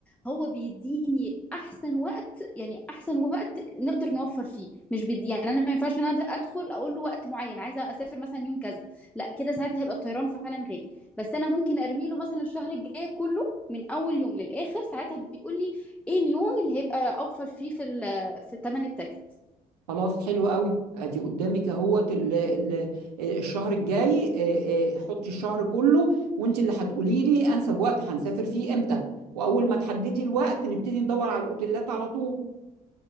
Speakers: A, in the centre; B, on the right.
A: هو بيديني احسن وقت يعني احسن وقت نقدر نوفر فيه مش بدي يعني انا ما ينفعش انا ادخل اقول له وقت معين عايزه اسافر مثلا يوم كذا لا كده ساعتها هيبقى الطيران فعلا غالي بس انا ممكن ارمي له مثلا الشهر الجاي كله من اول يوم للاخر ساعتها بيقول لي ايه اليوم اللي هيبقى اوفر فيه في ال في تمن التكت
B: خلاص حلو قوي ادي قدامك اهوت ال- ال- الشهر الجاي آه، آه، حطي الشهر كله وانت اللي هتقولي لي انسب وقت هنسافر فيه امتى واول ما تحددي الوقت نبتدي ندور على الاوتيلات على طول